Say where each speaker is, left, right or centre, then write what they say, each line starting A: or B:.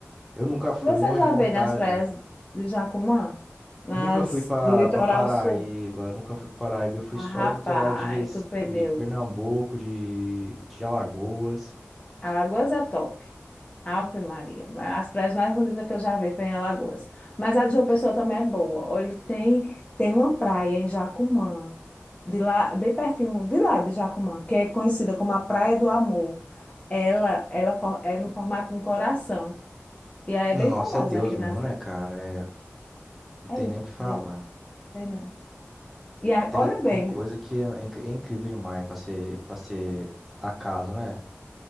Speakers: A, in the centre; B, on the left.
A: Eu nunca fui,
B: Você
A: morro
B: já
A: de vontade.
B: veio nas praias de Jacumã? Nas
A: Nunca fui pra,
B: do litoral
A: pra Paraíba,
B: sul?
A: nunca fui pra Paraíba. Eu fui
B: Mas,
A: só
B: rapaz,
A: litoral de, Recife,
B: tu perdeu.
A: de Pernambuco, de, de Alagoas.
B: Alagoas é top. Ave Maria. As praias mais bonitas que eu já vi foi em Alagoas. Mas a de João Pessoa também é boa. Olha, tem, tem uma praia em Jacumã, de lá, bem pertinho, de lá de Jacumã, que é conhecida como a Praia do Amor. Ela, ela for- é no formato de um coração. E aí
A: Nossa,
B: é bem famosa
A: é Deus
B: aqui
A: mesmo,
B: na cidade.
A: né, cara? É, não
B: É,
A: tem
B: é,
A: nem o que falar.
B: de- sei não. E a-
A: Tem,
B: olha bem,
A: tem coisa que é, inc- é incrível demais pra ser, pra ser acaso, né?